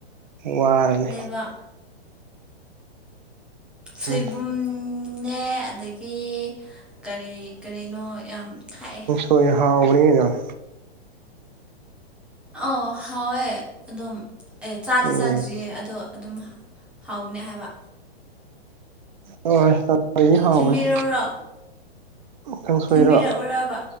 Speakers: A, on the right (about 45°); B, in the centre.
A: ꯋꯥꯔꯅꯤ
B: ꯋꯥ ꯁꯣꯏꯕꯨꯝꯅꯦ
A: ꯎꯝ
B: ꯑꯗꯒꯤ ꯀꯔꯤ ꯀꯔꯤꯅꯣ ꯌꯥꯝ ꯊꯥꯛꯑꯦ
A: ꯍ ꯍꯥꯎꯕꯅꯤ ꯌꯥ
B: ꯑ ꯍꯥꯎꯋꯦ ꯑꯗꯨꯝ ꯑꯦ ꯆꯥꯗꯤ
A: ꯎꯝ
B: ꯆꯥꯗ꯭ꯔꯤꯌꯦ ꯑꯗꯣ ꯑꯗꯨꯝ ꯍꯥꯎꯕꯅꯦ ꯍꯥꯏꯕ
A: ꯍꯣꯏ ꯀꯥꯡꯁꯣꯏꯗꯤ ꯍꯥꯎꯕꯅꯤ
B: ꯊꯤꯟꯕꯤꯔꯛꯎꯔꯣ
A: ꯀꯥꯡꯁꯣꯏꯔꯣ
B: ꯊꯤꯟꯕꯤꯔꯛꯎꯔꯕ